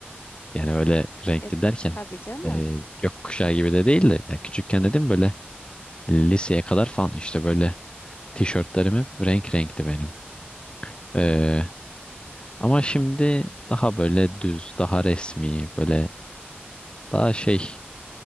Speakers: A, on the left; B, on the left.
A: Yani öyle renkli
B: E,
A: derken
B: tabii canım.
A: e, gökkuşağı gibi de değil de ya küçükken dedim böyle liseye kadar falan işte böyle tişörtlerim hep renk renkti benim.
B: Hı,
A: Ee, ama şimdi daha böyle düz, daha resmi, böyle daha şey